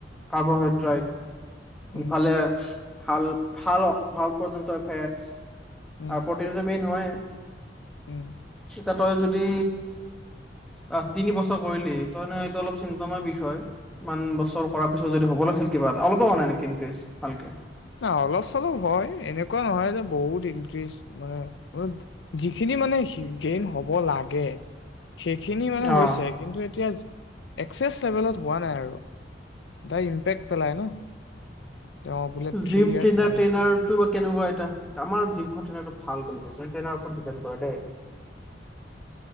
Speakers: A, in the centre; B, on the left (about 80°).
A: কাৰ্বহাইড্ৰেট।
B: উম,
A: ফালে ভাল-ভাল-ভাল পৰ্যন্ত ফেটজ
B: উম,
A: আৰু প্ৰতিনটোটো মেইন হয়।
B: উম,
A: এয়া তই যদি আহ তিন বছৰ কৰিলি তই নহ এইটো অলপ চিন্তনয় বিষয় ইমান বছৰ কৰাৰ পিছত যদি হ'ব লাগিছিল কিবা অলপো হোৱা নাই নেকি ইনক্ৰিজ ভালকে।
B: ন অলপ চলপ হয় এনেকুৱা নহয় যে বহুত ইনক্ৰিজ মানে যিখিনি মানে গেইন হ'ব লাগে সেইখিনি মানে হৈছে
A: অ
B: কিন্তু এতিয়া একচেছ লেভেলত হোৱা নাই আৰু দাই ইম্পেক্ট পেলাই ন তেওঁ বোলে থ্ৰী
A: জিম
B: ইয়াৰ্চ
A: ট্ৰেইনাৰ-ট্ৰেইনাৰ
B: মাৰিছো
A: টো বা কেনেকুৱা? আমাৰ জৱখন ভ কৰে <unintelligible> ই